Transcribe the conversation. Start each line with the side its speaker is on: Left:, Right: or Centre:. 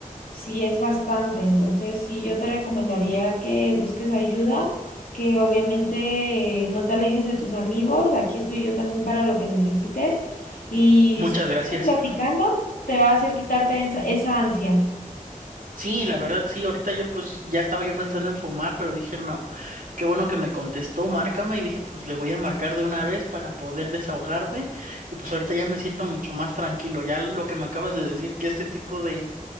Left: sí es bastante. Entonces sí, yo te recomendaría que busques ayuda, que obviamente eh, no te alejes de tus amigos, aquí estoy yo también para lo que necesites. Y
Right: Muchas gracias.
Left: platicando te va a hacer quitarte esa, esa ansia.
Right: Sí, la verdad, sí, ahorita yo pues ya estaba yo pensando en fumar, pero dije, no, qué bueno que me contestó, márcame y dije, pues le voy a marcar de una vez para poder desahogarme y pues ahorita ya me siento mucho más tranquilo. Ya lo que me acabas de decir, que este tipo de